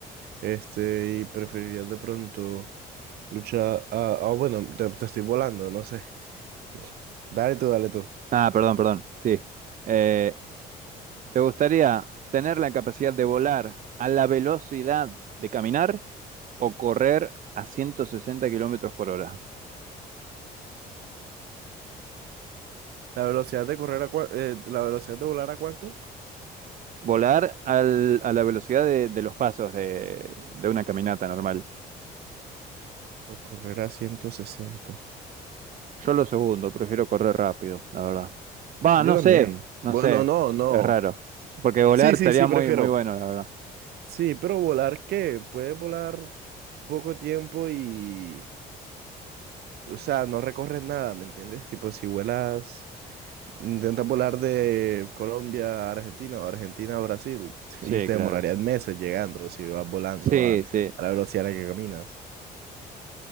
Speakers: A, on the right; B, on the right.
A: Este, ¿y preferirías de pronto luchar? Ah, ah, bueno, te, te estoy volando, no sé. <laughs> Dale tú, dale tú.
B: Ah, perdón, perdón, sí. Eh, ¿te gustaría tener la capacidad de volar a la velocidad de caminar o correr a 160 kilómetros por hora?
A: ¿La velocidad de correr a cua- eh, la velocidad de volar a cuánto?
B: Volar al- a la velocidad de, de los pasos de, de una caminata normal.
A: O correr a 160.
B: Yo lo segundo, prefiero correr rápido, la verdad. Va,
A: Yo
B: no
A: también.
B: sé, no
A: Bueno,
B: sé,
A: no, no.
B: es raro. Porque volar
A: Sí, sí,
B: estaría
A: sí,
B: muy,
A: prefiero.
B: muy bueno, la verdad.
A: Sí, pero volar, ¿qué? Puedes volar poco tiempo y... O sea, no recorres nada, ¿me entiendes? Tipo, si vuelas, intentas volar de Colombia a Argentina o Argentina a Brasil <laughs>
B: Sí,
A: y usted
B: claro.
A: demorarían meses llegando si vas volando
B: Sí,
A: a,
B: sí.
A: a la velocidad a la que caminas.